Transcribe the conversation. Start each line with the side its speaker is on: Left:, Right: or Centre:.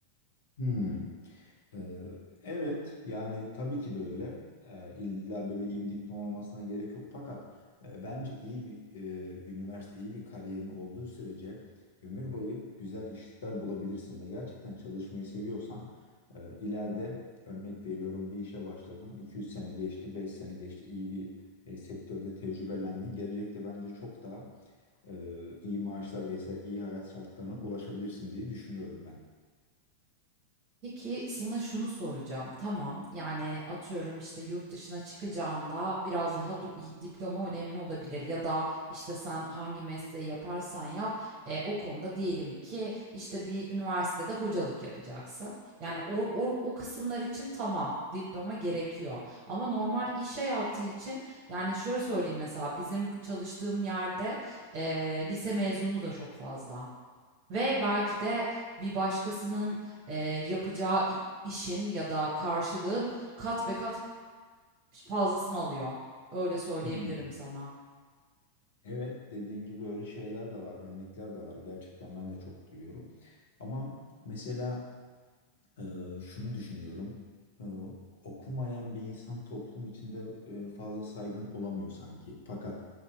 Left: Hmm. Ee, evet yani tabii ki de öyle. Ee, illa böyle iyi bir diploma olmasına gerek yok. Fakat e, bence iyi bir e, üniversite, iyi bir kariyerin olduğu sürece ömür boyu güzel işler bulabilirsin ve gerçekten çalışmayı seviyorsan e, ileride örnek veriyorum bir işe başladın. 2-3 sene geçti, 5 sene geçti. iyi bir e, sektörde tecrübelendin. Gelecekte bence çok daha e, iyi maaşlar vesaire iyi hayat şartlarına ulaşabilirsin diye düşünüyorum ben.
Right: Peki sana şunu soracağım. Tamam, yani atıyorum işte yurt dışına çıkacağında biraz daha du- diploma önemli olabilir ya da işte sen hangi mesleği yaparsan yap e, o konuda diyelim ki işte bir üniversitede hocalık yapacaksın. Yani o, o, o kısımlar için tamam diploma gerekiyor ama normal iş hayatı için yani şöyle söyleyeyim mesela bizim çalıştığım yerde e, lise mezunu da çok fazla. Ve belki de bir başkasının e, yapacağı i- işin ya da karşılığın kat be kat fazlasını alıyor. Öyle söyleyebilirim
Left: Hmm.
Right: sana.
Left: Evet dediğin gibi öyle şeyler de var, örnekler de var. Gerçekten ben de çok duyuyorum. Ama mesela e, şunu düşünüyorum. E, okumayan bir insan toplum içinde e, fazla saygın olamıyor sanki. Fakat